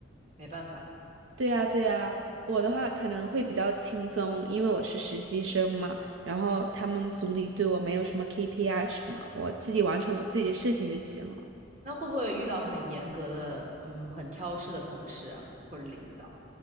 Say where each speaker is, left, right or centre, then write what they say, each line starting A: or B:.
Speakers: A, on the right; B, on the right.
A: 没办法。
B: 对呀，对呀，我的话可能会比较轻松，因为我是实习生嘛，然后他们组里对我没有什么 KPI 什么，我自己完成我自己的事情就行了。
A: 那会不会遇到很严格的，嗯，很挑事的同事啊，或者领导？